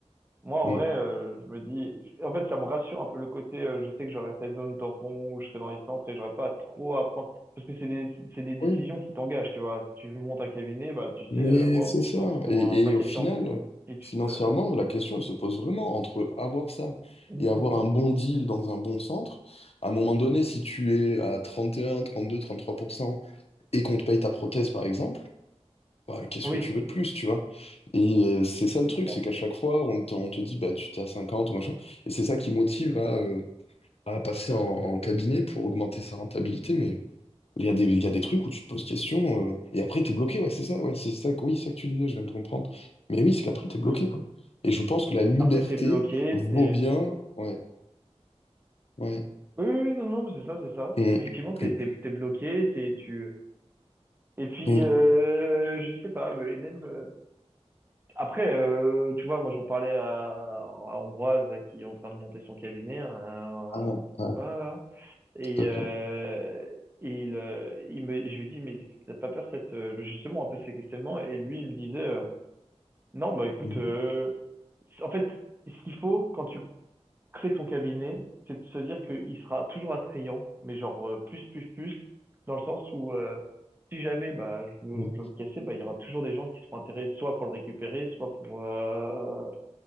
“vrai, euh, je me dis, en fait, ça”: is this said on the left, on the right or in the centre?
Right